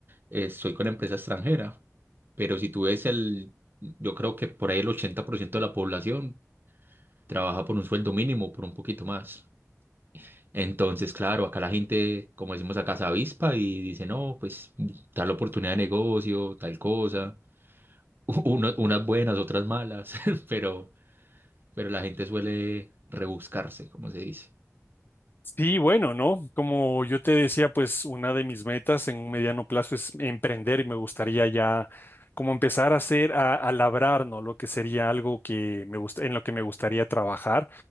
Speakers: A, on the right (about 40°); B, on the left (about 40°).
A: eh, estoy con empresa extranjera. Pero si tú ves el, yo creo que por ahí el 80% de la población trabaja por un sueldo mínimo, por un poquito más. Entonces, claro, acá la gente, como decimos acá, se avispa y dice, no, pues tal oportunidad de negocio, tal cosa, <laughs> Uno- unas buenas, otras malas, <laughs> pero, pero la gente suele rebuscarse, como se dice.
B: Sí, bueno, ¿no? Como yo te decía, pues una de mis metas en un mediano plazo es emprender y me gustaría ya como empezar a hacer, a, a labrar, ¿no? Lo que sería algo que me gusta, en lo que me gustaría trabajar,